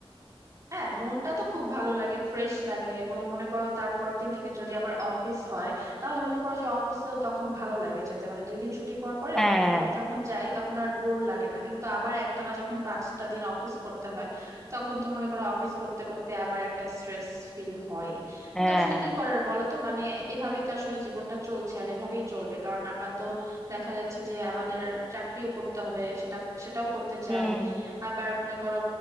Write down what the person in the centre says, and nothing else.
হ্যাঁ
হ্যাঁ
হুম